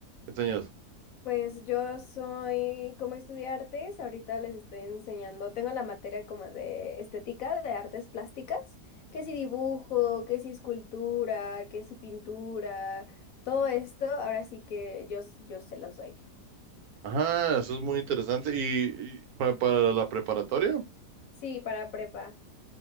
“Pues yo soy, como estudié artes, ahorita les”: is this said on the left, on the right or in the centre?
Left